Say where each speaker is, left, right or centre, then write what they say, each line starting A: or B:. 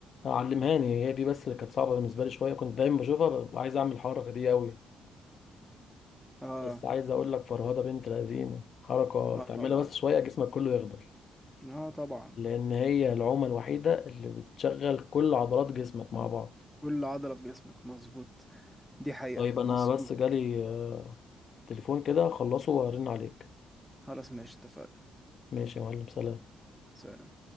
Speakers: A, on the left; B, in the centre.
A: علمهاني هي دي بس اللي كانت صعبه بالنسبه لي شويه كنت دايما بشوفها ببقى عايز اعمل الحركه دي قوي
B: اه
A: بس عايز اقول لك فرهده بنت لذينه حركه
B: اه طبعا
A: تعملها بس شويه جسمك كله يخضل
B: اه طبعا
A: لان هي العومه الوحيده اللي بتشغل كل عضلات جسمك مع بعض
B: كل عضلة في جسمك مظبوط دي حقيقة
A: طيب انا
B: مظبوط
A: بس جالي آه، تليفون كده اخلصه وارن عليك
B: خلاص ماشي اتفقنا
A: ماشي يا معلم سلام
B: سلام